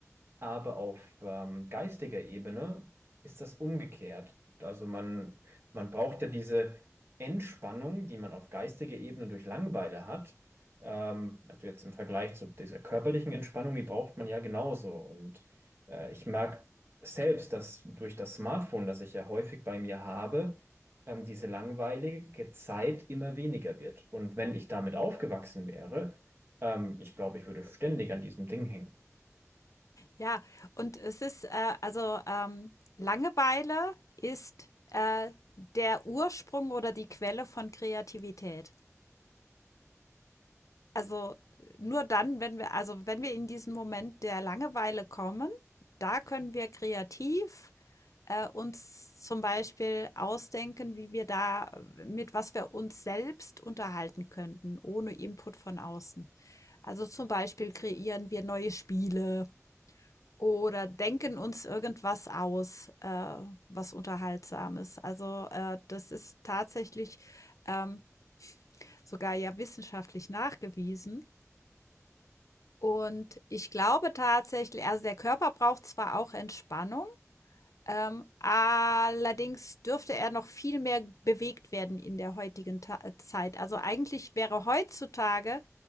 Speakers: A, on the right; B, on the left.
A: Aber auf ähm, geistiger Ebene ist das umgekehrt. Also man, man braucht ja diese Entspannung, die man auf geistiger Ebene durch Langeweile hat. Ähm, also jetzt im Vergleich zu dieser körperlichen Entspannung, die braucht man ja genauso. Und äh, ich merke selbst, dass durch das Smartphone, das ich ja häufig bei mir habe, ähm, diese langweilige Zeit immer weniger wird. Und wenn ich damit aufgewachsen wäre, ähm, ich glaube, ich würde ständig an diesem Ding hängen.
B: Ja, und es ist, äh also, ähm, Langeweile ist, äh, der Ursprung oder die Quelle von Kreativität. Also, nur dann, wenn wir also, wenn wir in diesen Moment der Langeweile kommen, da können wir kreativ, äh, uns zum Beispiel ausdenken, wie wir da äh, mit was wir uns selbst unterhalten könnten, ohne Input von außen. Also, zum Beispiel kreieren wir neue Spiele oder denken uns irgendwas aus, äh, was Unterhaltsames. Also, äh, das ist tatsächlich, ähm, sogar ja wissenschaftlich nachgewiesen Und ich glaube tatsächlich also, der Körper braucht zwar auch Entspannung, ähm, allerdings dürfte er noch viel mehr bewegt werden in der heutigen Ta äh, Zeit. Also, eigentlich wäre heutzutage